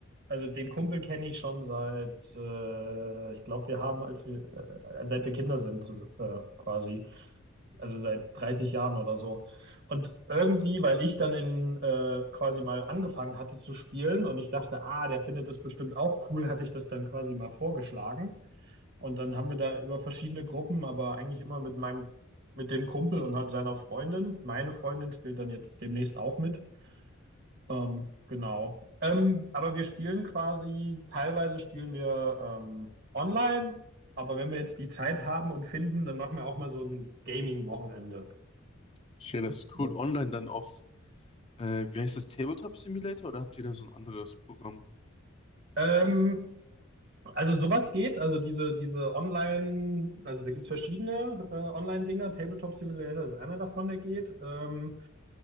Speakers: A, on the right; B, on the left.
A: Also den Kumpel kenne ich schon seit, äh, ich glaube, wir haben, als wir, äh, seit wir Kinder sind, äh, quasi, also seit 30 Jahren oder so. Und irgendwie, weil ich dann in äh, quasi mal angefangen hatte zu spielen und ich dachte, ah, der findet das bestimmt auch cool, hatte ich das dann quasi mal vorgeschlagen. Und dann haben wir da über verschiedene Gruppen, aber eigentlich immer mit meinem, mit dem Kumpel und halt seiner Freundin. Meine Freundin spielt dann jetzt demnächst auch mit. Ähm, genau. Ähm, aber wir spielen quasi, teilweise spielen wir ähm, online, aber wenn wir jetzt die Zeit haben und finden, dann machen wir auch mal so ein Gaming-Wochenende.
B: Ich wäre das
A: Ja.
B: cool, online dann auf Äh, wie heißt das? Tabletop Simulator oder habt ihr da so ein anderes Programm?
A: Ähm, also sowas geht, also diese, diese Online, also da gibt es verschiedene äh, Online-Dinger, Tabletop Simulator ist einer davon, der geht. Ähm,